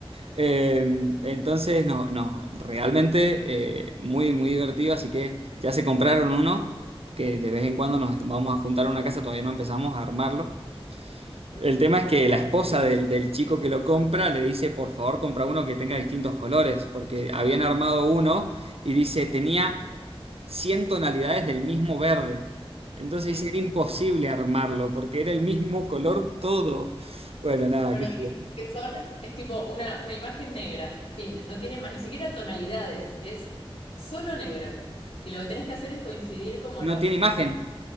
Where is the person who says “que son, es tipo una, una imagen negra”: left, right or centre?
Left